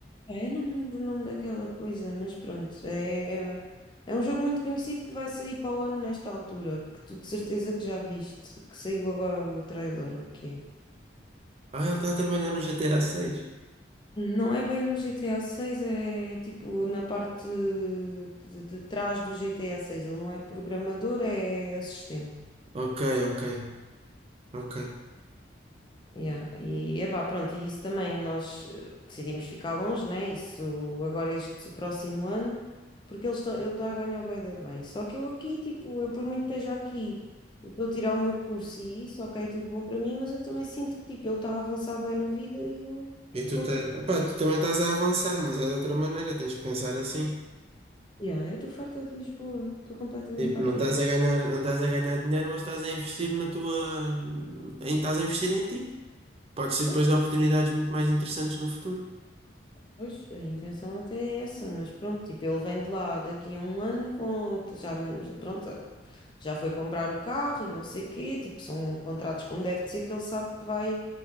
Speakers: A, on the left; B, on the right.
A: É, eu não me lembro o nome daquela coisa, mas pronto, é, é, é um jogo muito conhecido que vai sair para o ano nesta altura, que tu de certeza que já viste, que saiu agora o trailer, ou o que é.
B: Ah, ele está a trabalhar no GTA seis.
A: Não é bem no GTA 6, é é tipo na parte de, de trás do GTA 6. Ele não é programador, é assistente.
B: Ok, ok, ok.
A: Yeah. E epá, pronto, e isso também nós eh, decidimos ficar longe, né? Isso agora este próximo ano, porque ele está, ele está a ganhar bué da bem. Só que eu aqui, tipo, eu por muito que esteja aqui, eu estou a tirar o meu curso e isso, ok, é tudo bom para mim, mas eu também sinto que tipo, ele está a avançar bem na vida e eu
B: E tu,
A: estou aqui.
B: tá... Epá, tu também estás a avançar, mas é de outra maneira, tens que pensar assim.
A: Yeah, eu estou farta de Lisboa, estou completamente
B: Tipo,
A: farta
B: não estás
A: de.
B: a ganhar, não estás a ganhar dinheiro, mas estás a investir na tua. Em, estás a investir em ti. Pode ser
A: Pois,
B: depois oportunidades muito mais interessantes no futuro.
A: pois, a intenção até é essa, mas pronto, tipo, ele vem de lá daqui a um ano com já, me- já- pronto. Já foi comprar o carro e não sei quê, tipo, são contratos como deve de ser, que ele sabe que vai,